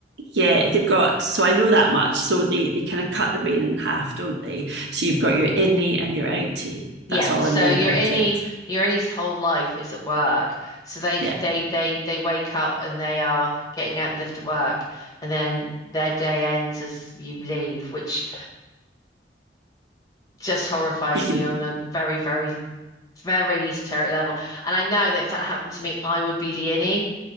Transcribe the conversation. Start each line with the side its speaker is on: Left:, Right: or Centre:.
Right: yeah, they've got so I know that much. So they they kind of cut the brain in half, don't they? So you've got your innie and your outie.
Left: Yeah,
Right: That's all
Left: so
Right: I know
Left: your
Right: about
Left: any
Right: it.
Left: your any's whole life is at work. So they
Right: Yeah.
Left: they they they wake up and they are getting out the lift at work, and then their day ends as you leave, which just horrifies
Right: You can
Left: me on a very very very esoteric level. And I know that if that happened to me, I would be the innie